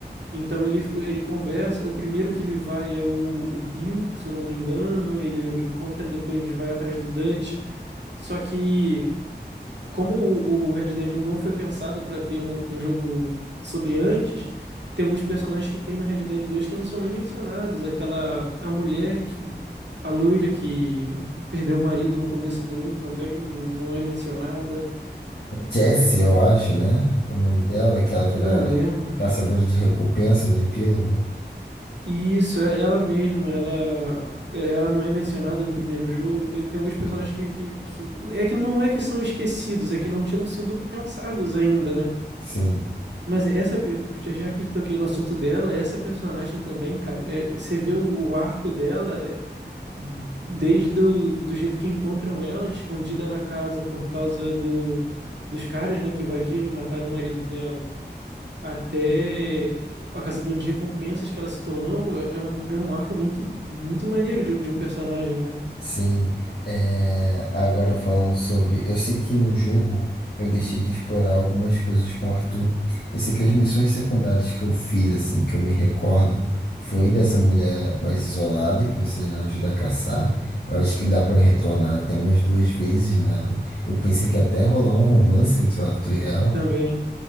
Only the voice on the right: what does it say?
Então ele, ele conversa, o primeiro que ele vai é o, o Bill, se eu não me engano, ele encontra, depois vai atrás do Dutch. Só que como o, o Red Dead 1 não foi pensado pra ter um, um jogo sobre antes, tem alguns personagens que tem no Red Dead 2 que não são nem mencionados. Aquela, a mulher que, a loira que perdeu o marido no começo do 1 também n- não é mencionada.
É,
não lembro.
E isso, é ela mesma, ela, é- ela não é mencionada no primeiro jogo. Tem, tem alguns personagens que, que, que. É que não é que são esquecidos, é que não tinham sido pensados ainda, né?
Mas essa, já já que toquei no assunto dela, essa personagem também, cara, é, você vê o, o arco dela é, desde do, do jeito que encontram ela escondida na casa por causa do, dos caras, né, que invadiram e mataram o marido dela, até a caçadora de recompensas que ela se tornou, é, é um, é um arco muito, muito maneiro de, um- de um personagem, né?
Também.